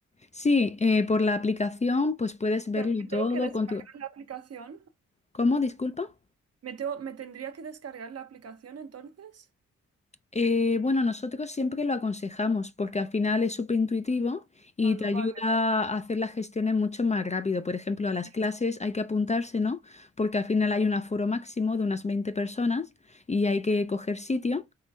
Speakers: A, on the left (about 25°); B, on the right (about 55°).
A: Sí, eh, por la aplicación, pues puedes
B: O
A: verlo
B: sea, ¿me tengo
A: todo
B: que descargar
A: con tu...
B: la aplicación?
A: ¿Cómo? Disculpa.
B: ¿Me tengo- me tendría que descargar la aplicación entonces?
A: Eh, bueno, nosotros siempre lo aconsejamos porque al final es súper intuitivo y
B: Claro,
A: te ayuda
B: vale.
A: a hacer las gestiones mucho más rápido. Por ejemplo, a las
B: sí,
A: clases
B: sí.
A: hay que apuntarse, ¿no? Porque al final hay un aforo máximo de unas 20 personas y hay que coger sitio.